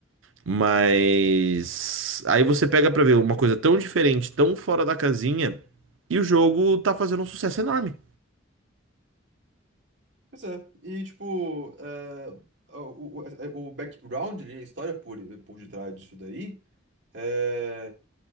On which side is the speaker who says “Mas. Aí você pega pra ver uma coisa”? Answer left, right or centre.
Right